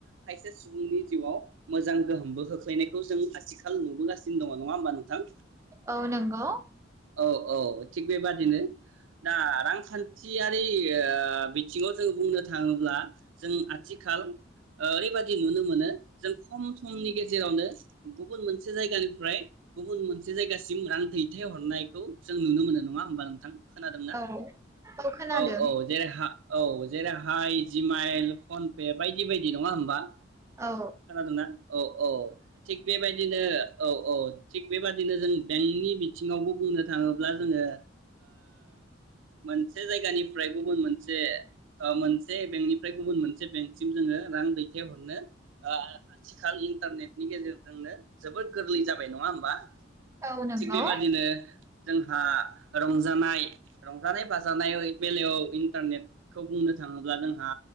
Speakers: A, on the right; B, on the right.
A: खायसे सुबुंनि जिउआव मोजां गोहोमबो खोख्लैनायखौ जों आथिखाल नुबोगास <unintelligible> दङ नङा होमबा नोंथां
B: औ नोंगौ
A: ओ औ थिग बेबादिनो दा रांखान्थियारि बिथिङाव जों बुंनो थाङोब्ला जों आथिखाल ओरैबाददि नुनो मोनो जों खम समनि गेजेरावनो गुबुन मोनसे जायगानिफ्राय गुबुन मोनसे जायगासिम रां दैथाय हरनाय खौ जों नुनो मोनो नङा होमबा नोंथां खोनादोंना?
B: औ औ खोनादों
A: औ-औ जेरै हा औ जेरैहाय जिमाइल फनपे बायदि बायदि नङा होमबा
B: औ
A: खोनादोंना औ औ थिग बेबायदिनो औ औ थिग बेबादिनो जों बेंकनि बिथिङावबो बुंनो थाङोब्ला जोङो ओ मोनसे जायगानिफ्राय गुबुन मोनसे ओ मोनसे बेंकनिफ्राय गुबुन मोनसे बेंकसिम जोङो रां दैथायहरनो ओ आथिखाल इन्टारनेटनि गेजेरजोंनो जोबोर गोरलै जाबाय नङा होमबा
B: औ नोंगौ
A: थिग बेबादिनो जों आ रंजानाय रंजानाय बा जानाय वै बेलायाव इन्टारनेटखौ बुंनो थाङोब्ला जोंहा